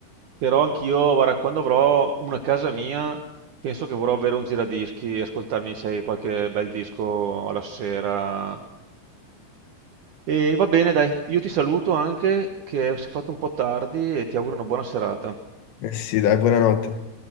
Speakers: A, on the right; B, on the left.
A: però anch'io, guarda, quando avrò una casa mia... Penso che vorrò avere un giradischi e ascoltarmi, sai, qualche bel disco alla sera. E va bene, dai, io ti saluto anche, che si è fatto un po' tardi e ti auguro una buona serata.
B: Eh sì, dai, buonanotte.